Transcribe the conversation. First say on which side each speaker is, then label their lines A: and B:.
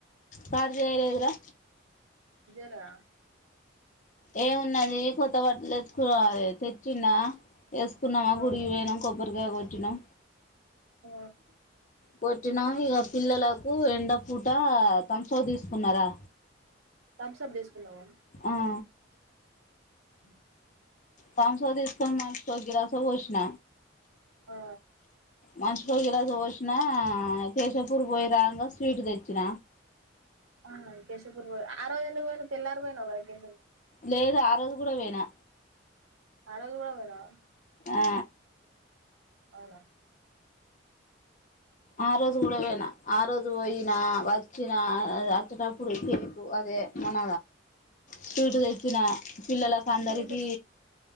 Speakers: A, on the left; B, on the right.
A: కట్ చేయలేదు ర
B: ఎలా
A: ఏమున్నది కొత్త బట్లు తెచ్చుకోవాలి తెచ్చిండ వేసుకున్నామా
B: అవును
A: గుడికి పోయినం కొబ్బరికాయ కొట్టి తినం
B: ఆ
A: కోటినాం ఇక పిల్లలకు ఎండ పూట తుమ్బసప్ తీసుకున్నారా
B: థమ్స్ అప్ తీసుకున్నావా?
A: ఆ
B: అవును
A: కౌంస తీసుకని మనిషికో గిలాస పోసిన
B: ఆ
A: మనిషికో గిలాస పోసినా, కేశవపూర్ పోయిరాంగ స్వీట్ తెచ్చిన.
B: ఆ కేశవపూర్ పోయి ఆ రోజు ఎందుకు పోయినవ్, తెళ్లారి పోయినవ్ కదా కేశవపూర్.
A: లేదు ఆరోజు కూడా వొయినా.
B: ఆరోజు కూడా పోయినవా?
A: ఆ
B: అవునా
A: ఆ రోజు కూడ వొయిన ఆ రోజు వొయినా వ చ్చిన అచ్చెటప్పుడు సేపు అదే మన స్వీట్ తెచ్చిన. పిల్లలకు అందరికీ
B: స్వీట్